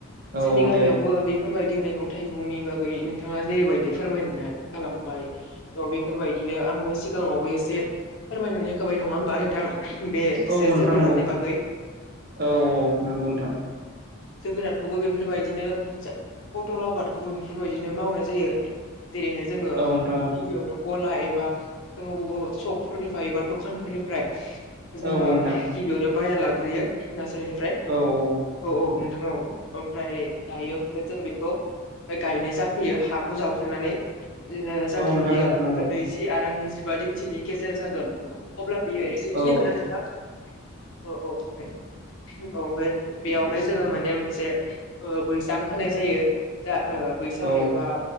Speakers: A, on the right; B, on the left.
A: औ
B: जोंनि गामियावबो
A: दे
B: बेफोरबायदि दि मैगं थाइगंनि बागै नोंथाङा जेरैबायदि फोरमायना गालांबाय औ बेफोरबायदिनो आंबो सिगाङावबो एसे फोरमायनानै होखाबाय नङा होम बा नोंथां बे
A: औ
B: एसे
A: नोंथां
B: जोगोनारनि
A: नंगौ
B: बागै
A: औ औ नंगौ नोंथां।
B: जोगोनारखौबो बेफोरबायदिनो जा पटल आबादखौबो बेफोरबायदिनो मावनाय जायो ।जेरैहाय जोङो
A: औ नोंथां औ
B: गिबियावनो गला एबा जोङो बबेबा सशकफोरनिफ्राय एबा दखानफोरनिफ्राय जोङो
A: औ नोंथां
B: गिबियावनो बायना लाबग्रोयो नार्सारिनिफ्राय
A: औ औ औ
B: औ नोंथां औ ओमफ्राय दायो ओमफ्राय जों बेखौ गायनाय जाफैयो हाखौ जावफ्लेनानै। ओ जाहाथे
A: औ नोंथां
B: बियो
A: औ नंगौ
B: नैजि आरो नैजिबा दिनसोनि गेजेर जागोन अब्ला बियो एसे खिलिगोनना
A: औ
B: नोंथां औ औ औ ओमफ्राय बेयावहाय जोङो माने मोनसे ओ बैसां होनाय जायो दा ओ बैसां
A: औ
B: एबा